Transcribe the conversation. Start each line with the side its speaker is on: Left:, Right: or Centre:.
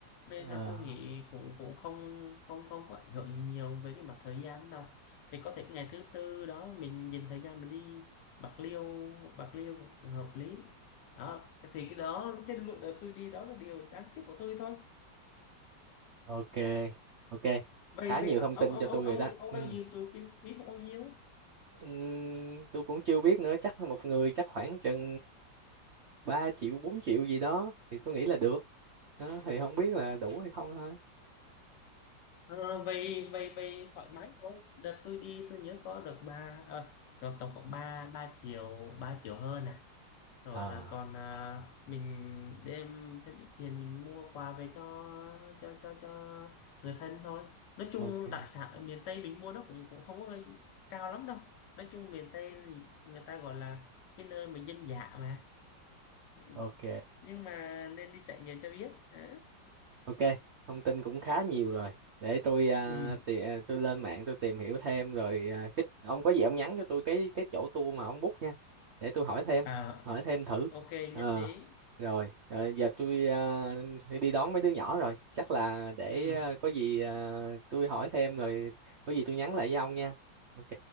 Left: nên
Right: ờ
Left: là tôi nghĩ cũng cũng không không không có ảnh hưởng gì nhiều về cái mặt thời gian đâu thì có thể ngày thứ tư đó mình dành thời gian mình đi Bạc Liêu Bạc Liêu cũng hợp lý đó thì cái đó cái lượt đợt tôi đi đó là điều đáng tiếc của tôi thôi
Right: ok ok
Left: vậy
Right: khá
Left: vậy
Right: nhiều
Left: ông
Right: thông tin
Left: ông
Right: cho
Left: ông
Right: tôi
Left: ông
Right: rồi đó
Left: ông
Right: ừ.
Left: đang dự trù kinh phí không bao nhiêu
Right: Ừm, tôi cũng chưa biết nữa chắc một người chắc khoảng chừng 3 triệu 4 triệu gì đó thì tôi nghĩ là được đó, thì không biết là đủ hay không thôi
Left: Ờ, vậy vậy vậy thoải mái thôi đợt tôi đi tôi nhớ có được ba ờ, có tổng cộng ba ba triệu ba triệu hơn à rồi
Right: à
Left: là còn à, mình đem thêm ít tiền mình mua quà về cho cho cho cho người thân thôi nói chung
Right: ok
Left: đặc sản ở miền Tây mình mua nó cũng cũng không có cao lắm đâu nói chung miền Tây thì người ta gọi là cái nơi mà dân dã mà Ừ,
Right: ok
Left: nhưng mà nên đi trải nghiệm cho biết Đó.
Right: Ok, thông tin cũng khá nhiều rồi. Để tôi à,
Left: ừ
Right: tì, à, tôi lên mạng tôi tìm hiểu thêm rồi à, cái, ông có gì ông nhắn cho tôi cái cái chỗ tour mà ông book nha. Để tôi hỏi thêm,
Left: à
Right: hỏi thêm thử.
Left: ok
Right: Ờ
Left: nhất trí
Right: rồi, ờ, giờ tôi à, phải đi đón mấy đứa nhỏ rồi. Chắc là để
Left: ừ
Right: à, có gì à, tôi hỏi thêm rồi có gì tôi nhắn lại với ông nha. Ok.